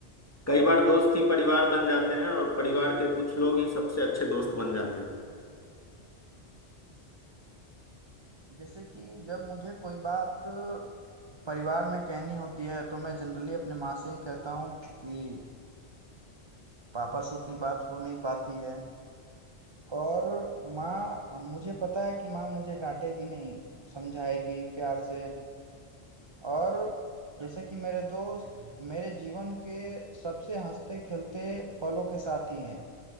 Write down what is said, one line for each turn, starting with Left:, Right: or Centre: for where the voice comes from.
Left: कई बार दोस्त ही परिवार बन जाते हैं और परिवार के कुछ लोग ही सबसे अच्छे दोस्त बन जाते हैं
Right: जैसे कि जब मुझे कोई बात परिवार में कहनी होती है तो मैं जनरली अपने माँ से ही कहता हूँ कि पापा से उतनी बात हो नहीं पाती है और माँ मुझे पता है कि माँ मुझे डांटेगी नहीं समझाएगी प्यार से और जैसे कि मेरे दोस्त मेरे जीवन के सबसे हंसते खेलते पलों के साथी हैं